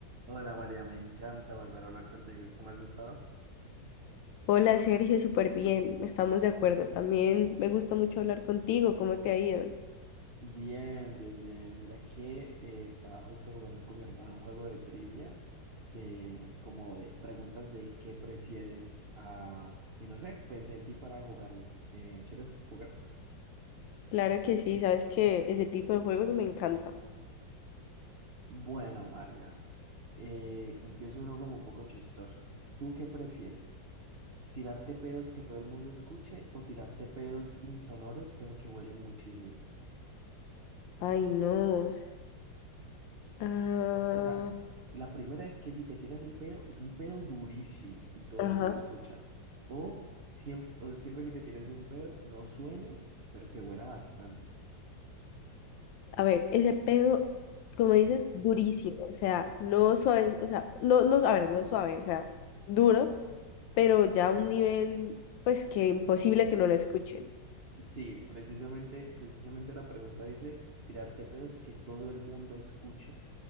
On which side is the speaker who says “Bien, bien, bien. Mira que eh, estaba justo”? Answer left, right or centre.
Right